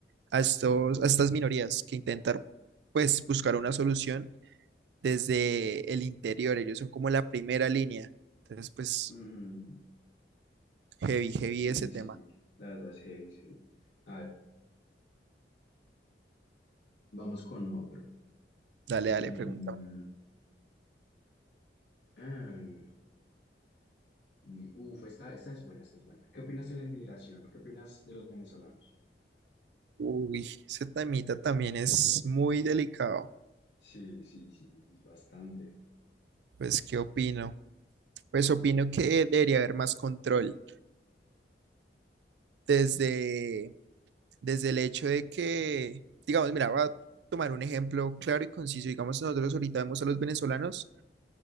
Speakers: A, on the right (about 70°); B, on the left (about 80°).
A: a estos, a estas minorías que intentar pues buscar una solución desde el interior. Ellos son como la primera línea. Entonces, pues,
B: ujú.
A: heavy, heavy
B: Sí,
A: ese tema.
B: sí, la verdad es heavy, es heavy. A ver, <clears throat> vamos con otro.
A: Dale,
B: Mm,
A: dale, pregúntame.
B: ah, mi- uf, esta, esta es buena, esta es buena. ¿Qué opinas de la inmigración? ¿Qué opinas de los venezolanos?
A: Uy, ese temita también es muy delicado.
B: Sí, sí, sí, es bastante.
A: Pues, ¿qué opino? Pues opino que debería haber más control desde, desde el hecho de que, digamos, mira, voy a tomar un ejemplo claro y conciso. Digamos, nosotros ahorita vemos a los venezolanos